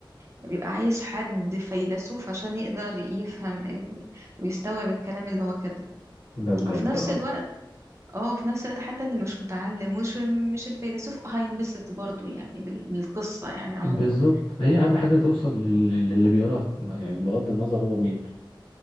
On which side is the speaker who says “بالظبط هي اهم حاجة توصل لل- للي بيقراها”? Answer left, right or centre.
Left